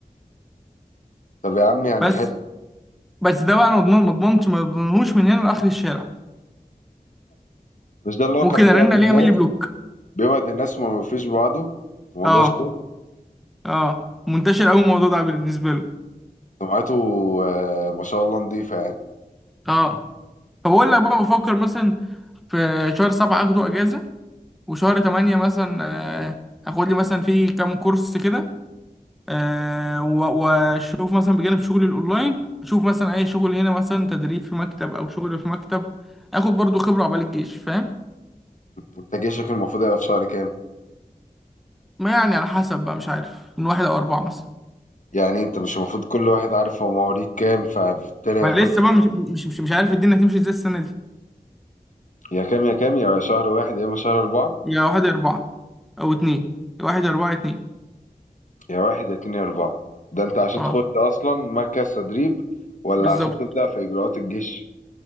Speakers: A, on the left (about 55°); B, in the centre.
A: طب يا عم يعني
B: بس
A: حلو
B: بس ده بقى أنا مضمون ما ضمنتش ما ضمنهوش من هنا لآخر الشارع
A: مش ده اللي هو
B: ممكن
A: كان بيوعد
B: أرن
A: الناس
B: عليه يعمل لي بلوك
A: بيوعد الناس وما بيوفيش بوعده في موضوع
B: اه
A: الشغل
B: اه منتشر أوي الموضوع ده بالنسبة له
A: سمعته آه، ما شاء الله نضيفة يعني
B: اه فبقول لك بقى بفكر مثلا في شهر سبعة اخده اجازة وشهر تمانية مثلا آه، هاخد لي مثلا في كام كورس كده آه، و- واشوف مثلا بجانب شغلي الاونلاين اشوف مثلا اي شغل هنا مثلا تدريب في مكتب او شغل في مكتب اخد برضو خبرة عقبال الجيش فاهم
A: انت جيشك المفروض يبقى في شهر كام
B: ما يعني على حسب بقى مش عارف من واحد او اربعة مثلا
A: يعني انت مش المفروض كل واحد عارف هو مواليد كام فبالتالي هيخش
B: ما لسه بقى مش مش مش, مش عارف الدنيا هتمشي ازاي السنة دي
A: يا كام يا كام يا شهر واحد يا اما شهر أربعة
B: يا واحد يا اربعة او اتنين يا واحد يا اربعة يا اتنين
A: يا واحد يا اتنين يا أربعة ده انت عشان
B: اه
A: تخش أصلا مركز تدريب ولا
B: بالظبط
A: عشان تبدأ في إجراءات الجيش